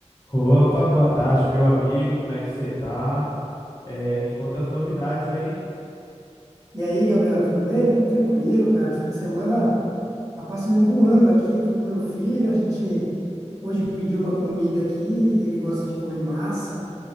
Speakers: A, on the left; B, on the right.
A: Opa, boa tarde, meu amigo. Como é que você tá? Eh, me conta as novidades aí.
B: E aí, Gabriel, tudo bem? Tranquilo, cara. Fim de semana tá passando voando aqui. Tô com meu filho. A gente hoje pediu uma comida aqui. Ele gosta de comer massa.